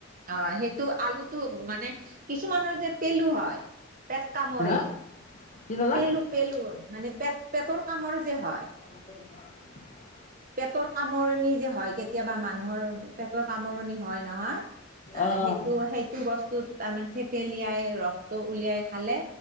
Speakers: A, on the right (about 45°); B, on the left (about 40°).
A: -অ সেইটো আলুটো মানে, কিছুমানৰ যে পেলু হয় পেট কামৰে,
B: হা কি ক'লা
A: পেলু, পেলো, মানে পেট -পেটৰ কামৰ যে হয়।
B: <unintelligible>
A: পেটৰ কামৰণি যে হয় কেতিয়াবা মানুহৰ পেটৰ কামৰণি হয় নহয়, আহ
B: অ',
A: সেইটো-সেইটো বস্তু তাৰমানে থেতেেলিয়াই ৰসটো উলিয়াই খালে